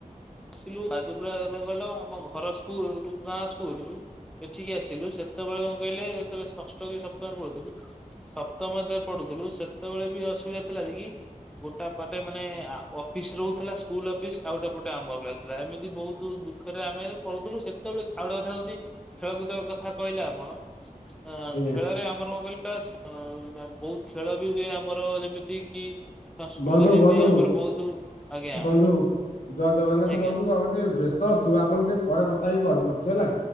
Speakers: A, in the centre; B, on the left.
A: ସେ ଯାଜପୁରିଆ କଥା କହିଲ ଆମ ଘର ସ୍କୁଲ୍ ଗାଁ ସ୍କୁଲ୍। ଏଠିକି ଆସିଲୁ। ସେତେବେଳେ କଣ କହିଲେ ଯେତେବେଳେ ଷଷ୍ଠ କି ସପ୍ତମରେ ପଢୁଥିଲୁ। ସପ୍ତମରେ ଯେତେବେଳେ ପଡୁଥିଲୁ ସେତେବେଳେ ବି ଅସୁବିଧା ଥିଲା ନି କି? ଗୋଟା ପଟେ ମାନେ ଅଫିସ୍ ରହୁଥିଲା ସ୍କୁଲ ଅଫିସ୍ ଆଉ ଗୋଟେ ପଟେ ଗୋଟେ ଆମ୍ବ କ୍ଲାସ ଥିଲା। ଏମିତି ବହୁତୁ ଦୁଃଖରେ ଆମେ ପଢୁଥିଲୁ। ସେତେବେଳେ ଆଉ ଗୋଟେ କଥା ହୋଉଚି ଖେଳକୁଦ କଥା କହିଲେ ଆପଣ ଅ
B: ଆଜ୍ଞା
A: ଖେଳରେ ଆମର କଣ କହିଲେ ଏସ ବହୁତ୍ ଖେଳ ବି ହୁଏ ଆମର ଯେମିତି କି ସଂସ୍କୃତ
B: ବନ୍ଧୁ
A: ହିନ୍ଦୀ
B: ବନ୍ଧୁ
A: ଆମର ବହୁତୁ ଆଜ୍ଞା।
B: ବନ୍ଧୁ ଜୟ ଜଗନ୍ନାଥ
A: ଆଜ୍ଞା।
B: ବନ୍ଧୁ ଆମେ ଟିକିଏ ବ୍ୟସ୍ତ ଅଛୁ। ଆପଣ ଟିକିଏ ପରେ କଥା ହେଇକି କଲ୍ କରୁଚୁ ହେଲା।